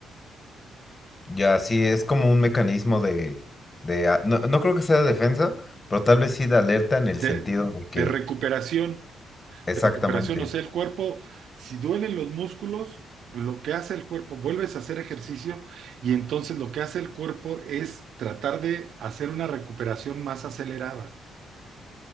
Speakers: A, on the left; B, on the right.
A: Ya sí, es como un mecanismo de, de a- no, no creo que sea de defensa, pero tal vez sí de alerta en el
B: De,
A: sentido de
B: de
A: que,
B: recuperación,
A: exactamente,
B: de recuperación, o sea, el cuerpo, si duelen los músculos, lo que hace el cuerpo, vuelves a hacer ejercicio y entonces lo que hace el cuerpo es tratar de hacer una recuperación más acelerada.